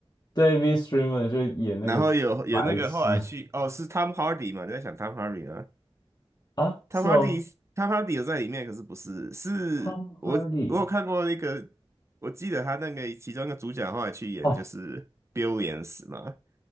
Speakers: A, on the left; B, on the right.
A: David Schwimmer 就演那个白痴
B: 然后有有那个后来去，哦，是 Tom Hardy 嘛？你在想 Tom Hardy 啊
A: <laughs> 啊，
B: ？Tom
A: 是哦
B: Hardy，Tom Hardy 有在里面，可是不是，是我我有看过那个，
A: ，Tom Hardy
B: 我记得他那个其中一个主角后来去演就是
A: 哦，
B: Bill n s 嘛，